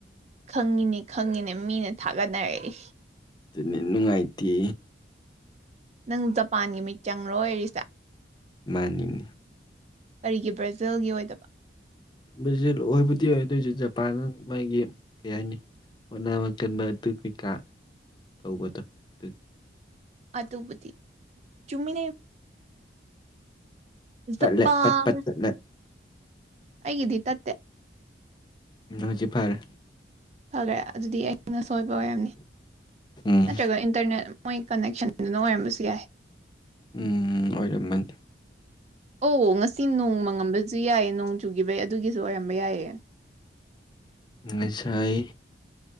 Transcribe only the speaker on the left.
ꯑꯗꯨꯅꯤ ꯅꯨꯡꯉꯥꯏꯇ
ꯃꯥꯅꯤꯡꯏ
ꯚꯔꯖꯤꯂ ꯑꯣꯏꯕꯨꯗꯤ ꯑꯣꯏ ꯑꯗꯨꯣꯏꯁꯨ ꯖꯄꯥꯟ ꯃꯥꯒꯤ ꯀꯩ ꯍꯥꯏꯅꯤ ꯍꯣꯠꯅꯥꯃ ꯀꯟꯕ ꯑꯗꯨ ꯀꯩꯀꯥ ꯇꯧꯕꯗ ꯑꯗꯨ
ꯇꯠꯂꯦ
ꯄꯠ ꯄꯠ ꯇꯠꯂꯦ
ꯑꯗꯣꯏꯗꯤ ꯐꯔꯑꯥ
ꯎꯝ
ꯎꯝ ꯑꯣꯏꯔꯝꯃꯅꯤ
ꯉꯥꯁꯥꯏ